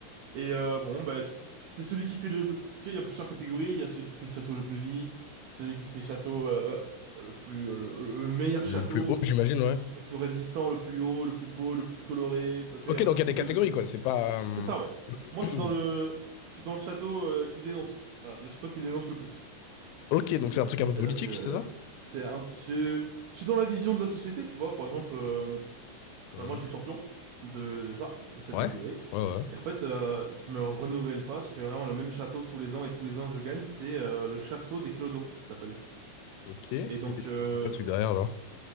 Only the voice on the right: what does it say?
Et euh, bon, bah, t- c'est celui qui fait le. Tu sais, il y a plusieurs catégories. Il y a celui qui fait le château le plus vite, celui qui fait château euh, euh, le plus euh, le, le meilleur
château,
le plus résistant, le plus haut, le plus beau, le plus coloré. Bah, tu
vois, il y a beaucoup
de.
C'est ça, ouais. Moi,
je suis dans le je suis dans le château euh, qui dénonce. Voilà, le château qui dénonce le plus.
C'est-à-dire
que
c'est un c'est je suis dans la vision de la société, tu vois. Par exemple. euh,
Bah, moi, je suis champion de, de ça, de cette
catégorie.
Et en fait, euh, je me renouvelle pas. Je fais vraiment le même château tous les ans et tous les ans, je gagne. C'est euh, le château des clodos, ça s'appelle.
Et donc, euh,